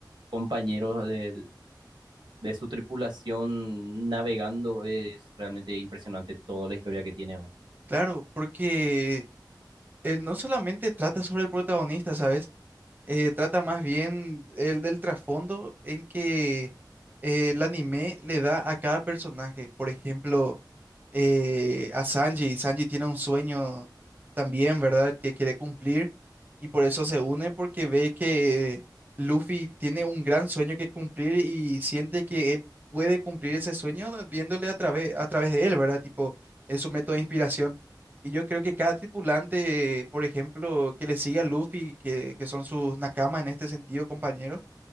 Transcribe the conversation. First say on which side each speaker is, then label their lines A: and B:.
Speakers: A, on the right; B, on the right.
A: compañeros del de su tripulación navegando es realmente impresionante toda la historia que tiene. ¿no?
B: claro, porque eh, no solamente trata sobre el protagonista, ¿sabes? eh, trata más bien el del trasfondo en que eh, el anime le da a cada personaje. Por ejemplo, eh, a Sanji. Sanji tiene un sueño también, ¿verdad? Que quiere cumplir y por eso se une porque ve que Luffy tiene un gran sueño que cumplir y siente que él puede cumplir ese sueño viéndole a través, a través de él, ¿verdad? Tipo, es su método de inspiración. Y yo creo que cada tripulante, por ejemplo, que le sigue a Luffy, que, que son sus nakamas en este sentido, compañeros,